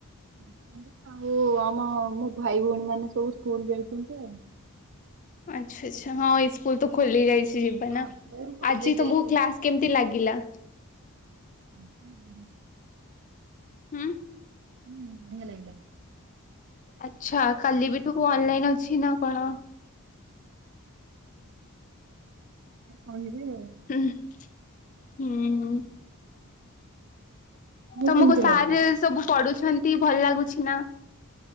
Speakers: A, on the right (about 55°); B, on the left (about 35°).
A: ଅଛନ୍ତି ଆଉ ଆମ ମୋ ଭାଇ ଭଉଣୀ ମାନେ ସବୁ ସ୍କୁଲ ଯାଇଛନ୍ତି ଆଉ
B: ଆଛା ଆଛା ହଁ ଇସ୍କୁଲ ତ- ଖୋଲି ଯାଇଛି ଯିବେ
A: ହଁ
B: ନା,
A: ସ୍କୁଲ କଲେଜ
B: ଆଜି ତମକୁ
A: ଯାଇଛନ୍ତି।
B: କ୍ଲାସ କେମିତି ଲାଗିଲା?
A: ହୁଁ ହୁ ହୁଁ
B: ହୁଁ
A: ହୁଁ ବଢିଆ ଲାଗିଲା
B: ଆଛା କାଲି ବି ତୁବ୍ ପ ଅନଲାଇନ ଅଛି ନା କଣ?
A: କହିବି ଆଉ
B: ହୁଁ ହୁଁ - ହୁଁ ଉ ତମକୁ
A: କେମିତି
B: <unintelligible>
A: ଲାଗିଲା?
B: ସବୁ ପଡୁଛନ୍ତି ଭଲ ଲାଗୁଛି ନା?